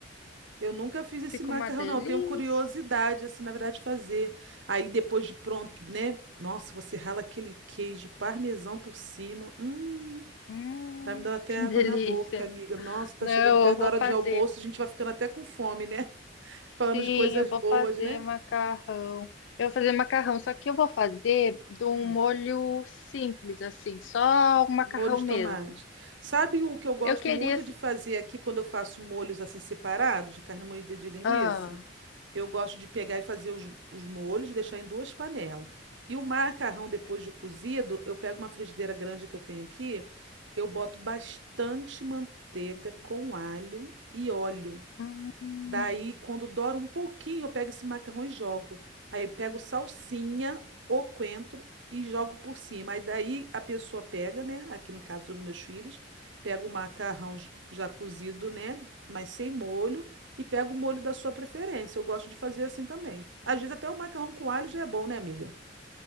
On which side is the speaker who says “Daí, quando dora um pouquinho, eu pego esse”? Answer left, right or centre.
Right